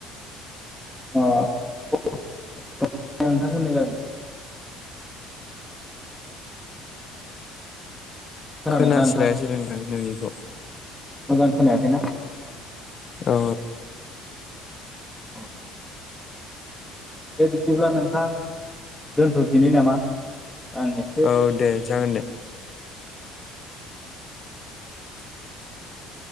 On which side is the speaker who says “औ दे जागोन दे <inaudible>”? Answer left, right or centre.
Left